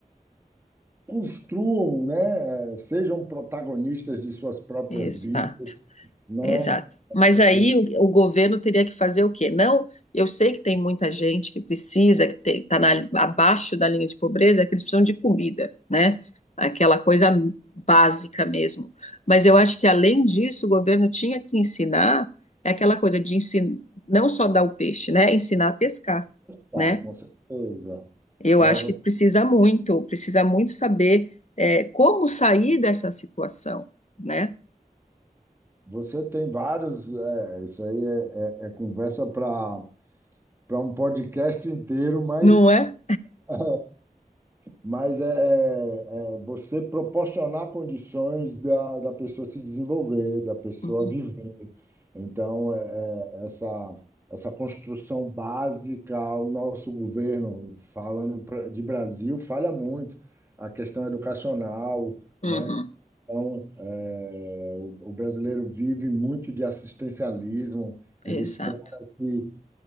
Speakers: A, on the right; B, on the left.
A: construam, né? eh, Sejam protagonistas de suas próprias
B: Exato,
A: vidas, né?
B: exato. Mas
A: Eh,
B: aí
A: o-
B: o, o governo teria que fazer o quê? Não, eu sei que tem muita gente que precisa, que está abaixo da linha de pobreza, que eles precisam de comida, né? Aquela coisa básica mesmo. Mas eu acho que além disso, o governo tinha que ensinar é aquela coisa de ensinar, não só dar o peixe, né? Ensinar a pescar,
A: Tá,
B: né?
A: com certeza.
B: Eu
A: Né?
B: acho que precisa muito, precisa muito saber é, como sair dessa situação, né?
A: Você tem vários, é, isso aí é, é- é conversa para para um podcast inteiro, mas,
B: Não é?
A: <laughs> é, mas é, é é você proporcionar condições da, da pessoa se desenvolver, da pessoa
B: Uhum.
A: viver. Então, é, é, essa, essa construção básica, o nosso governo, falando pra- de Brasil, falha muito. A questão educacional,
B: Uhum,
A: né? Então, é, o, o brasileiro vive muito de assistencialismo, ele
B: exato.
A: espera que,